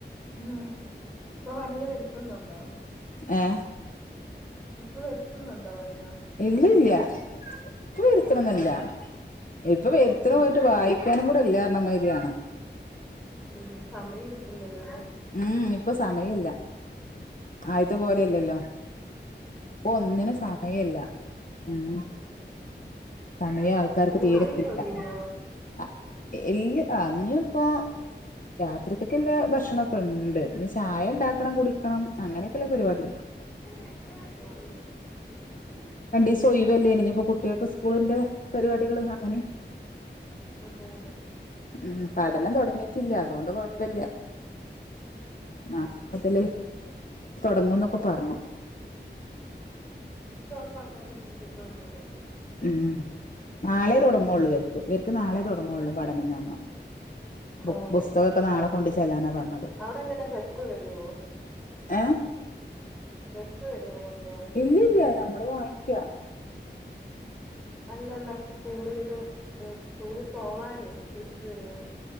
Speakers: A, in the centre; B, on the left.
A: ഉം ഇപ്പൊ വനിത വരുത്തുന്നുണ്ടോ
B: ഏ
A: ഇപ്പ വരുത്തുന്നുണ്ടോ വനി
B: ഇല്ലല്ല്യ പ്പൊ വരുത്തണൊന്നുല്ല
A: ആഹ്
B: ഇപ്പൊ വരുത്തണ
A: ആഹ്
B: പോയിട്ട് വായിക്കാനും കൂടെല്ല മ്മേരിയാണ്
A: ഉം സമയം കിട്ടുന്നില്ല
B: ഉം ഇപ്പൊ സമയല്ല ആദ്യത്തെ പോലെയല്ലല്ലോ
A: ഉം
B: ഇപ്പൊ
A: അതെ
B: ഒന്നിനും സമയല്ല ഉം സമയം ആൾക്കാർക്ക്
A: ജോലിയൊക്കെ
B: തീരത്തില്ല
A: ഒതുങ്ങിയോ
B: അ ഇല്ല്യ ഞ്ഞി പ്പൊ രാത്രിക്കക്ക് ല്ലെ ഭക്ഷണൊക്കെണ്ട് ഇനി ചായണ്ടാക്കണം കുടിക്കണം അങ്ങനെയൊക്കെല്ല പരിപാടിയൊള്ളു
A: <unintelligible>
B: ഇസൊയ് വല്ലേ ഇനി ഇപ്പൊ കുട്ടികക്ക് സ്കൂളിന്റെ പരിപാടികള് അങ്ങനെ
A: അതെ അതെ
B: ഉം പഠനം തൊടങ്ങിയിട്ടില്ല അതുകൊണ്ട് കൊഴപ്പല്ല്യ നാളെ മുതല് തൊടങ്ങുംന്നൊക്കെ
A: അതെ
B: പറഞ്ഞു
A: പ്പൊ അങ്ങനെ പടിഞ്ഞു ഇതിത്തെ ഒന്നൂടില്ല
B: ഉം നാളെ തൊടങ്ങുള്ളൂ ഇവർക്ക് ഇവർക്ക് നാളെ തൊടങ്ങുള്ളൂ പഠനം ന്ന് പറഞ്ഞ ബുക്
A: ആണോ
B: പുസ്തകൊക്കെ
A: ആഹ്
B: നാളെ കൊണ്ട് ചെല്ലാനാ പറഞ്ഞത്
A: അവിടെ എങ്ങനെ ബസ് വരുവോ
B: ഏ
A: ബസ് വരുവോ കൊണ്ടുപോവാൻ
B: ഇല്ല്യ ഇല്ല്യ ഞമ്മള് വാങ്ങി ക് യാ
A: അല്ലല്ല സ്കൂളീന്ന് സ്കൂളിൽ പോവാനേ ബസ് വരോന്ന്‌